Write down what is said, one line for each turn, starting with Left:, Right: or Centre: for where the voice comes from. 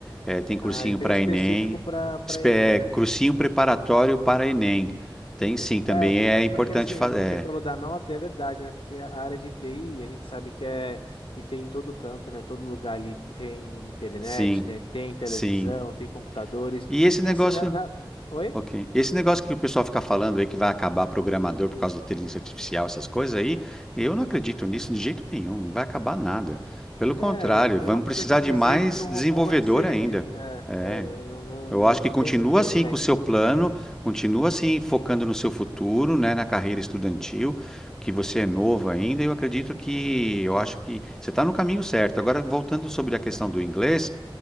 Centre: É, tem cursinho
Left: Ah, é bem
Centre: para
Left: específico
Centre: Enem,
Left: para para
Centre: espe-
Left: Enem,
Centre: é,
Left: né?
Centre: cursinho preparatório para Enem. Tem sim, também
Left: É,
Centre: é
Left: é porque
Centre: importante
Left: assim,
Centre: fazer.
Left: você falou da nota, e é verdade, né? Porque a área de TI, a gente sabe que é que tem em todo canto, né? Todo lugar ali tem internet,
Centre: sim,
Left: né? Tem televisão,
Centre: sim.
Left: tem computadores.
Centre: E esse negócio
Left: E assim, né? na- Oi?
Centre: Ok. Esse negócio que o pessoal fica falando aí que vai acabar programador por causa da inteligência artificial, essas coisas aí, eu não acredito nisso de jeito nenhum. Não vai acabar nada. Pelo
Left: É,
Centre: contrário,
Left: é a mesma
Centre: vamos
Left: coisa
Centre: precisar
Left: que dizer
Centre: de mais
Left: que um
Centre: desenvolvedor
Left: robô vai te servir.
Centre: ainda. É.
Left: É, é, não, não, não-
Centre: Eu acho
Left: não
Centre: que continua
Left: tem, não tem
Centre: assim
Left: nexo.
Centre: com o seu plano, continua assim focando no seu futuro, né, na carreira estudantil, que você é novo ainda. Eu acredito que, eu acho que você está no caminho certo. Agora, voltando sobre a questão do inglês.